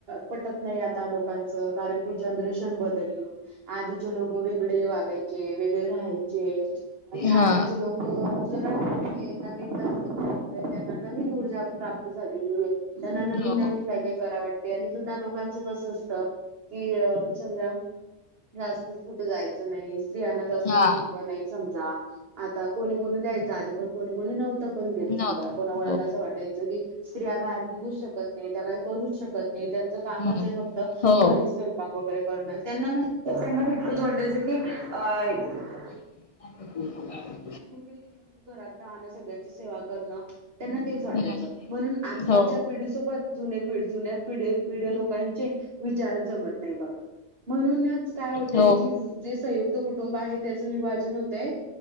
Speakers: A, on the right; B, on the left.
A: पटक... नाही आता लोकांचं कारण की जनरेशन बदलली आधीचे लोक वेगळे वागायचे वेगळे राहायचे आणि आताचे
B: हा
A: लोक अ जरा नवीन तंत्रज्ञामुळे त्यांना नवीन ऊर्जा प्राप्त झालेली आहे त्यांना नवीन
B: हो
A: नवीन काय काय करा वाटते आणि जुना लोकांचं कस असत की अ समजा जास्तच कुठे जायचं नाही स्त्रियांना जास्त
B: हा
A: महत्त्व नाही समजा आता कोणी कोणी द्यायच आधी पण कोणी कोणी नव्हत. पण देत
B: नव्हत
A: समजा कोणा कोणाला
B: हो
A: असं वाटायचं की स्त्रिया बाहेर निघू शकत नाही. त्या का करूच शकत नाही त्यांचं कामच
B: हम्म
A: आहे फक्त
B: हो
A: घरी स्य क वगैरे करणार त्यांना म्हणज त्यांनाच इतकंच वाटायचं की अ
B: <unintelligible>
A: गरु काही म थोडासा राह सगळ्यांची सेवा करण त्यांना तेच वाटायचं
B: हम्म
A: म्हणून आजकालच्या
B: हो
A: पिढी सोबत जुने पिढी जुन्या पिढ पिढ्या लोकांचे विचार जमत नाही बघा म्हणूनच काय होतय
B: हो
A: की जे संयुक्त तो कुटुंब आहे त्याचं विभाजन होतंय